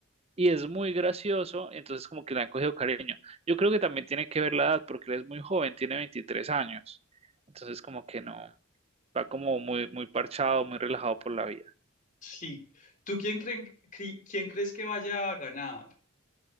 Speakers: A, on the right; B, on the left.
A: y es muy gracioso, entonces como que le han cogido cariño. Yo creo que también tiene que ver la edad, porque él es muy joven, tiene 23 años, entonces como que no, va como muy, muy parchado, muy relajado por la vida.
B: sí. ¿Tú quién, creen, cre- quién crees que vaya a ganar?